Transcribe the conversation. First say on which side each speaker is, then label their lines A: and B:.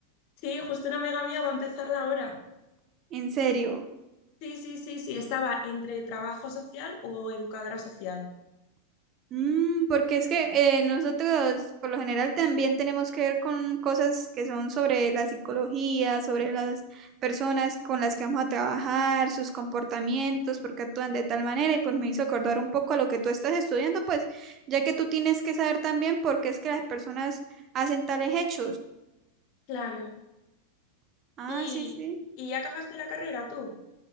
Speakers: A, on the left; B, on the right.
A: Sí, justo una amiga mía va a empezarla ahora.
B: En serio.
A: Sí, sí, sí, sí, estaba entre trabajo social o educadora social.
B: Mm, porque es que eh, nosotros por lo general también tenemos que ver con cosas que son sobre la psicología, sobre las personas con las que vamos a trabajar, sus comportamientos, por qué actúan de tal manera y pues me hizo acordar un poco a lo que tú estás estudiando, pues ya que tú tienes que saber también por qué es que las personas hacen tales hechos.
A: Claro.
B: Ah,
A: ¿Y,
B: sí, sí.
A: y ya acabaste la carrera tú?